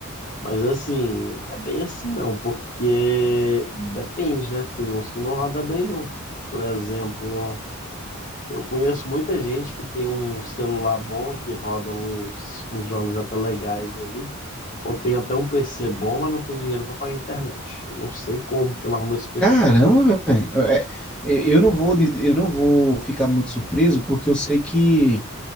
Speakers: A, on the left; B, in the centre.
A: mas assim, não é bem assim não, porque depende, né? Tem uns que não roda bem não. Por exemplo, eu conheço muita gente que tem um celular bom, que roda uns, uns jogos até legais aí, ou tem até um PC bom, mas não tem dinheiro para pagar a internet. Eu Não sei como que ela arruma esse PC.
B: Caramba, velho, é, é, eu não vou, diz- eu não vou ficar muito surpreso, porque eu sei que